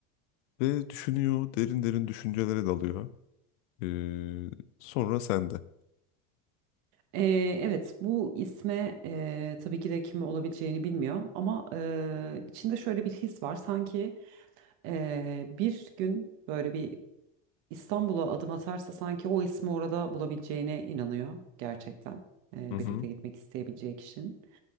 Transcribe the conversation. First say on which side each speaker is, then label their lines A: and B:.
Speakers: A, on the left; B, on the right.
A: Ve düşünüyor, derin derin düşüncelere dalıyor. Ee, sonra sende.
B: Ee, evet, bu isme e, tabii ki de kimi olabileceğini bilmiyor ama e, içinde şöyle bir his var. Sanki e, bir gün böyle bir İstanbul'a adım atarsa sanki o ismi orada bulabileceğine inanıyor gerçekten. E,
A: Hı hı.
B: birlikte gitmek isteyebileceği kişinin.